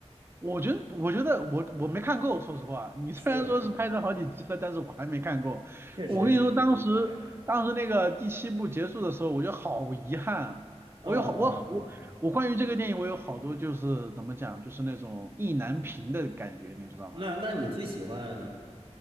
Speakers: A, on the right; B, on the right.
A: 我觉得，我觉得我我没看够，说实话，你虽然说是拍成好几集了，
B: 是，
A: 但是我还没看够。
B: 确实是，
A: 我跟你说，当时当时那个第七部结束的时候，
B: 确实是。
A: 我觉得好遗憾。
B: 嗯嗯嗯。
A: 我有好我我我关于这个电影，我有好多就是怎么讲，就是那种意难平的感觉，你知道吗？
B: 那那你最喜欢？